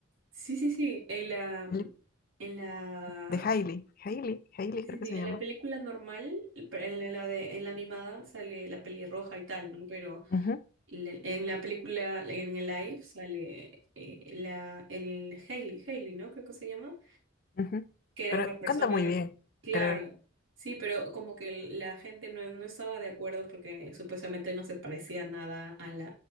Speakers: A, on the right; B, on the left.
A: sí, sí, sí, en la, mm,
B: El-
A: en la,
B: De Hailey. Hailey, Hailey
A: sí, sí,
B: creo
A: sí,
B: que se
A: en
B: llama.
A: la película normal, en la, la de, en la animada sale la pelirroja y tal, ¿no? Pero
B: Ujú,
A: la- en la película, en el live sale eh, la, el Hailey, Hailey, ¿no? Creo que se llama.
B: ujú.
A: que era
B: Pero
A: una persona,
B: canta muy bien,
A: claro,
B: creo.
A: sí, pero como que el- la gente no, no estaba de acuerdo porque supuestamente no se parecía nada a la,